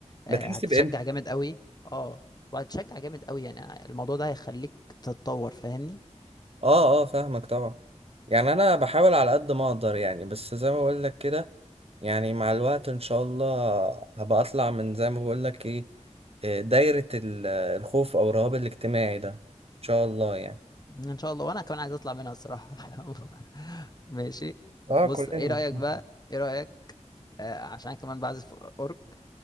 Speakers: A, on the left; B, on the right.
A: آه،
B: بتحس
A: هتشجع
B: بامتى
A: جامد قوي اه وهتشجع جامد قوي يعني الموضوع ده هيخليك تتطور فاهمني
B: اه اه فاهمك طبعا يعني انا بحاول على قد ما اقدر يعني بس زي ما بقول لك كده يعني مع الوقت ان شاء الله هبقى اطلع من زي ما بقول لك ايه إيه، دايرة ال- الخوف او الرهاب الاجتماعي ده ان شاء الله يعني
A: ان شاء الله وانا كمان عايز اطلع منها الصراحه <laughs> ماشي
B: اه
A: بص
B: كلنا
A: ايه رايك
B: هنشوفها.
A: بقى ايه رايك آه عشان أنا كمان بعزف اورك